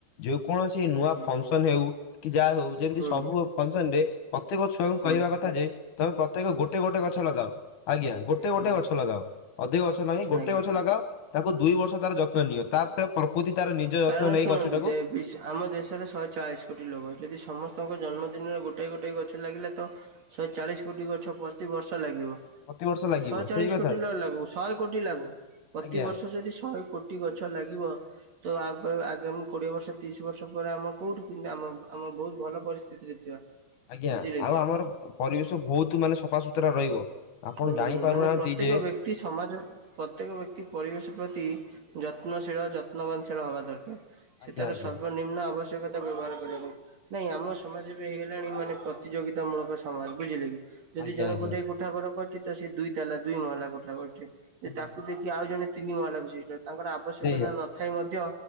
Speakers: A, on the left; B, on the right.
A: ଯେ କୌଣସି ନୂଆ
B: ହୁଁ
A: ଫଙ୍କସନ ହଉ କି ଯାହା ହଉ ଯେମିତି
B: ହୁଁ
A: ସବୁ ଫଙ୍କସନରେ ପ୍ରତ୍ୟେକ ଛୁଆଙ୍କୁ
B: ହୁଁ
A: କହିବା କଥା ଯେ ତମେ ପ୍ରତ୍ୟେକ ଗୋଟେ ଗୋଟେ ଗଛ ଲଗାଅ ଆଜ୍ଞା ଗୋଟେ
B: ହୁଁ
A: ଗୋଟେ ଗଛ ଲଗାଅ। ଅଧିକ ଗଛ ନାହିଁ ଗୋଟେ
B: ଆଜ୍ଞା।
A: ଗଛ ଲଗାଅ ତାକୁ ଦୁଇ ବର୍ଷ ତାର ଯତ୍ନ ନିଅ ତାପରେ ପ୍ରକୃତି ତାର ନିଜ
B: କାରଣ
A: ଯତ୍ନ ନେଇ
B: ଶୁଣନ୍ତୁ
A: ଗଛଟାକୁ
B: ଦେ ବିଶ ଆମ ଦେଶରେ ଶହେ ଚାଳିଶ କୋଟି ଲୋକ ଯଦି ସମସ୍ତଙ୍କ ଜନ୍ମଦିନର ଗୋଟେ ଗୋଟେ ଗଛ ଲାଗିଲା ତ ଶହେ ଚାଳିଶ କୋଟି ଗଛ ପ୍ରତି ବର୍ଷ ଲାଗିବ।
A: ପ୍ରତିବର୍ଷ ଲାଗିବ
B: ଶହେ ଚାଳିଶ
A: ସେଇ କଥା
B: କୋଟି ନ ଲାଗୁ ଶହେ କୋଟି ଲାଗୁ ପ୍ରତିବର୍ଷ
A: ଆଜ୍ଞା।
B: ଯଦି ଶହେ କୋ ଟି ଗଛ ଲାଗିବ। ତ ଆଗ ଆଗାମୀ କୋଡିଏ ବର୍ଷ ତିରିଶ ବର୍ଷ ପରେ ଆମ କୋଉଠୁ କି ଆମ ଆମ ବହୁତ ଭଲ ପରିସ୍ଥିତିରେ ଥିବା।
A: ଆଜ୍ଞା
B: ବୁଝିଲେ
A: ଆଉ
B: କି?
A: ଆମର ପରିବେଶ ବହୁତ ମାନେ ସଫା ସୁୁତୁରା ରହିବ। ଆପଣ
B: ହୁଁ
A: ଜାଣି ପାରୁନାହାନ୍ତି
B: ମାନେ ପ୍ରତ୍ୟେକ
A: ଯେ
B: ବ୍ୟକ୍ତି ସମାଜ ପ୍ରତ୍ୟେକ ବ୍ୟକ୍ତି ପରିବେଶ ପ୍ରତି ଯତ୍ନଶୀଳ ଯତ୍ନବାନଶ ଶିଳ ହବା ଦରକାର ସେ
A: ଆଜ୍ଞା
B: ତାର
A: ଆଜ୍ଞା
B: ସର୍ବନିମ୍ନ ଆବଶ୍ୟକତା ବ୍ୟବହାର କରିବା ପାଇଁ ନାଇଁ ଆମ ସମାଜ ଏବେ ହେଇଗଲାଣି ମାନେ ପ୍ରତିଯୋଗିତା ମୂଳକ ସମାଜ ବୁଝିଲେ କି? ଯଦି
A: ଆଜ୍ଞା
B: ଜଣେ
A: ଆଜ୍ଞା
B: ଗୋଟେଏ କୋଠା ଘର କରୁଛି ତ ସେ ଦୁଇ ତାଲା ଦୁଇ ମହଲା କୋଠା କରୁଛି
A: ଆଜ୍ଞା
B: ତାକୁ ଦେଖି କି ଆଉ ଜଣେ ତିନି ମହଲା ବିଶିଷ୍ଟ ତାଙ୍କର ଆବଶ୍ୟକତା
A: ସେଇଆ।
B: ନଥାଇ ମଧ୍ୟ